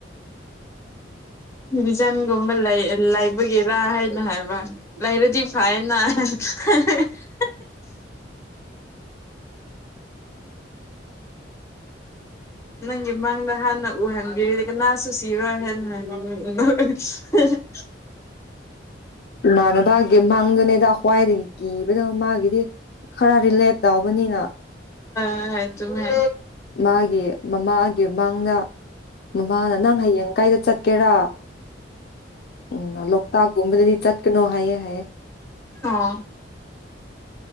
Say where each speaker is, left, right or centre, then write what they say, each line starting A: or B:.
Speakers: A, on the left; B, on the left.
A: ꯕꯤꯖꯥꯟꯒ ꯂꯩ ꯂꯩꯕꯒꯦꯔ ꯍꯥꯏ ꯍꯥꯏꯕ꯭ꯔꯥ ꯂꯩꯔꯗꯤ ꯀꯥꯏꯅ <unintelligible> ꯅꯪꯒꯤ ꯃꯥꯡꯗ ꯍꯥꯟꯅ ꯎꯍꯟꯕꯤꯔꯤ ꯀꯅꯥꯁꯨ ꯁꯤꯔꯣꯏ ꯍꯥꯏꯅ <inaudible>
B: ꯅꯅꯗꯦ ꯃꯪꯗꯨꯅꯦꯗ ꯈ꯭ꯋꯥꯏꯗꯒꯤ ꯀꯤꯕꯗ ꯃꯥꯒꯤꯗꯤ ꯈꯔ ꯔꯤꯂꯦꯠ ꯇꯎꯕꯅꯤꯅ
A: ꯍꯥꯏꯦ ꯇꯝ ꯍ
B: ꯃꯥꯒꯤ ꯃꯃꯥꯒꯤ ꯃꯪꯗ ꯃꯃꯥꯅ ꯅꯪ ꯍꯌꯦꯡ ꯀꯥꯏꯗ ꯆꯠꯀꯦꯔꯥ ꯎ ꯂꯣꯛꯇꯥꯛꯒꯨꯝꯕꯗꯗꯤ ꯆꯠꯀꯅꯣ ꯍꯥꯏꯌꯦ ꯍꯥꯏꯌꯦ
A: ꯑ